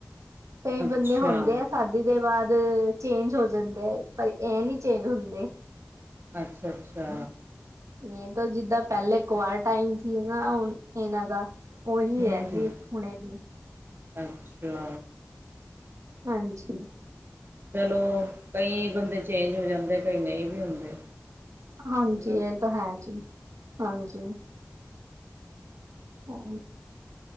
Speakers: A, on the right (about 75°); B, on the right (about 45°).
A: ਕਈ
B: ਅੱਛਾ
A: ਬੰਦੇ ਹੁੰਦੇ ਆ ਸ਼ਾਦੀ ਦੇ ਬਾਅਦ ਚੇਂਜ ਹੋ ਜਾਂਦਾ ਹੈ ਪਰ ਇਹ ਨੀ ਚੇਂਜ ਹੁੰਦੇ
B: ਅੱਛਾ ਅੱਛਾ
A: ਇਹ ਤਾਂ ਜਿੱਦਾ ਪਹਿਲੇ ਕੁ ਵਾਰ ਟਾਈਮ ਸੀ ਨਾ ਹੁਣ ਇਹਨਾਂ ਦਾ ਉਹੀ
B: ਹੂੰ
A: ਹੈ
B: ਹੂੰ
A: ਜੀ ਹੁਣੇ ਵੀ
B: ਅੱਛਾ
A: ਹਾਂਜੀ
B: ਚਲੋ ਕਈ ਬੰਦੇ ਚੇਂਜ ਹੋ ਜਾਂਦੇ ਕਈ ਨਹੀਂ ਵੀ ਹੁੰਦੇ
A: ਹਾਂਜੀ
B: ਹਨਾ
A: ਇਹ ਤਾਂ ਹੈ ਜੀ
B: ਹਾਂ
A: ਹਾਂਜੀ ਹਾਂ